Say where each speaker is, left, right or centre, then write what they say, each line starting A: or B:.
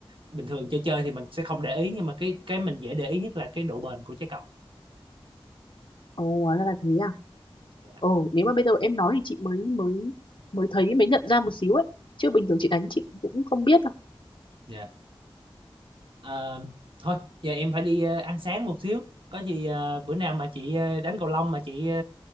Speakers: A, on the right; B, on the left.
A: bình thường chơi chơi thì mình sẽ không để ý nhưng mà cái cái mình dễ để ý nhất là cái độ bền của trái cầu
B: ồ hóa ra là thế à
A: dạ
B: ồ nếu mà bây giờ em nói thì chị mới mới mới thấy mới nhận ra một xíu ấy chứ bình thường chị đánh chị cũng không biết đâu
A: dạ Ờ, thôi giờ em phải đi ờ, ăn sáng một xíu có gì ờ, bữa nào mà chị ờ, đánh cầu lông mà chị ờ,